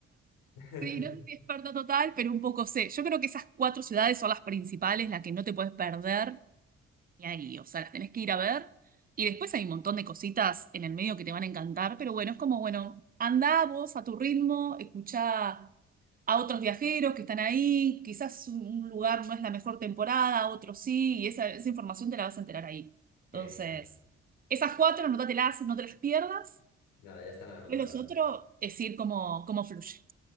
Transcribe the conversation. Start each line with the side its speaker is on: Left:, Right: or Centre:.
Left: <laughs>
Right: sí, no soy experta total, pero un poco sé. Yo creo que esas cuatro ciudades son las principales, las que no te puedes perder. y ahí, o sea, las tenés que ir a ver. Y después hay un montón de cositas en el medio que te van a encantar, pero bueno, es como, bueno, andá vos a tu ritmo, escuchá a otros viajeros que están ahí, quizás un un lugar no es la mejor temporada, otro sí, y esa, esa información te la vas a enterar ahí.
Left: Genial.
Right: Entonces, esas cuatro, anótatelas, no te las pierdas,
Left: Nada, ya están anotadas.
Right: y los otros es ir como, como fluye.